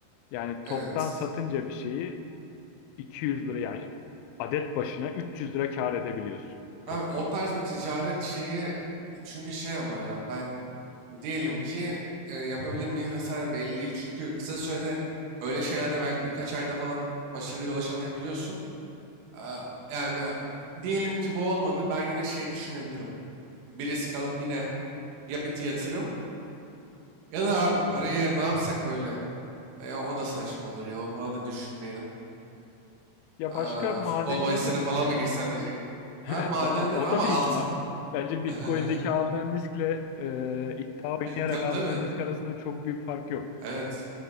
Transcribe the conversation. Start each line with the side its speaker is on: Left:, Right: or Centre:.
Left: Yani toptan
Right: Evet.
Left: satınca bir şeyi 200 lira yani adet başına 300 lira kâr edebiliyorsun
Right: Abi
Left: toptan.
Right: o tarz bir ticaret şeyi çünkü şey ama ya ben Diyelim ki e, yapabilir miyiz mesela belli değil. Çünkü kısa sürede öyle şeylerde belki birkaç ayda falan başarıya ulaşamayabiliyorsun. Eee, Yani diyelim ki bu olmadı ben yine şey düşünebilirim. Bir risk alıp yine ya bir yatırım ya da abi parayı ne yapsak böyle. E, o da saçma olur ya falan da düşünmeyelim.
Left: Ya
Right: Eee,
Left: başka madenleri
Right: futbol bahisine
Left: de düşünebilirsin.
Right: falan mı girsem diyecektim.
Left: <laughs>
Right: Ama madenler
Left: Ba- O
Right: ama
Left: da bir
Right: altı.
Left: ihtimal. Bence Bitcoin'deki
Right: <laughs>
Left: aldığın riskle e, iddia oynayarak
Right: Tabii
Left: aldığın
Right: tabii.
Left: risk arasında çok büyük fark yok.
Right: Evet.